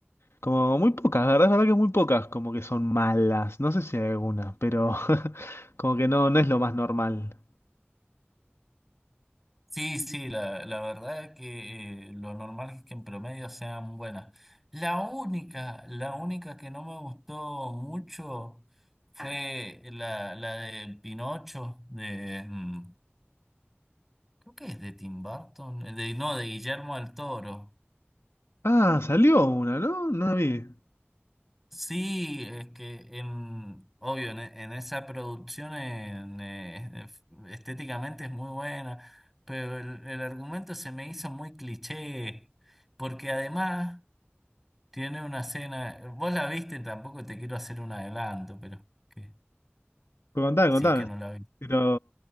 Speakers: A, on the left (about 85°); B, in the centre.
A: Como muy pocas, la verdad, es verdad que muy pocas como que son malas. No sé si hay alguna, pero <laughs> como que no, no es lo más normal.
B: Sí, sí, la, la verdad es que eh, lo normal es que en promedio sean buenas. La única, la única que no me gustó mucho fue la, la de Pinocho, de, mm, creo que es de Tim Burton, eh, de, no, de Guillermo del Toro.
A: Ah, salió una, ¿no? No la vi.
B: Sí, es que en, obvio, en, e- en esa producción en, eh, ef- estéticamente es muy buena, pero el, el argumento se me hizo muy cliché, porque además tiene una escena, vos la viste, tampoco te quiero hacer un adelanto, pero que,
A: Pero Contame,
B: si
A: contame.
B: es que no la viste.
A: Pero